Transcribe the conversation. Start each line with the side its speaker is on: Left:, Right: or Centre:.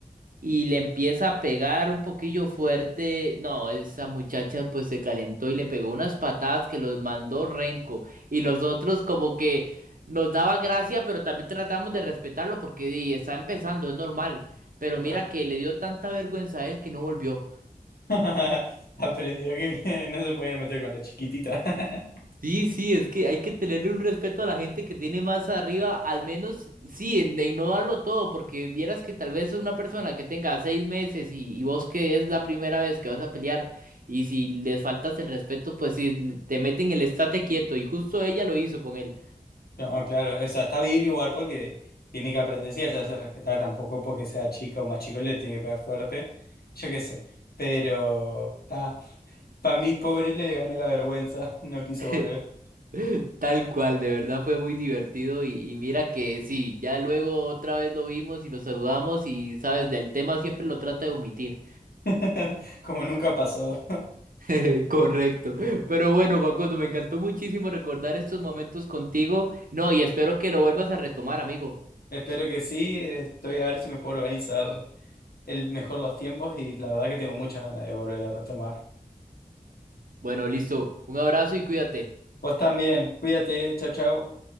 Right: y le empieza a pegar un poquillo fuerte. No, esa muchacha pues se calentó y le pegó unas patadas que los mandó renco. Y los otros como que nos daba gracia, pero también tratamos de respetarlo porque di, está empezando, es normal. Pero
Left: Claro.
Right: mira que le dio tanta vergüenza a él que no volvió.
Left: <laughs> Aprendió que <laughs> no se podía meter con la chiquitita. <laughs>
Right: Sí, sí, es que hay que tenerle un respeto a la gente que tiene más arriba, al menos, sí, en, en no darlo todo, porque vieras que tal vez una persona que tenga seis meses y, y vos que es la primera vez que vas a pelear, y si les faltas el respeto, pues sí, le- te meten el estate quieto, y justo ella lo hizo con él.
Left: No, claro, o sea, está bien igual porque tiene que aprender, sí, a hacerse respetar tampoco porque sea chica o más chico le tiene que pegar fuerte, yo qué sé, pero está, para mí pobre le ganó la vergüenza, <laughs> no quiso
Right: <laughs>
Left: volver,
Right: Tal cual, de verdad fue muy divertido y, y mira que sí, ya luego otra vez lo vimos y lo saludamos y sabes, del tema siempre lo trata de omitir.
Left: <laughs> como nunca pasó.
Right: <laughs> Correcto. Pero bueno, Facundo, me encantó muchísimo recordar estos momentos contigo. No, y espero que lo vuelvas a retomar, amigo.
Left: Espero que sí, estoy a ver si me puedo organizar el mejor los tiempos y la verdad que tengo muchas ganas de volver a retomar.
Right: Bueno, listo. Un abrazo y cuídate.
Left: Vos también, cuídate, chao, chao.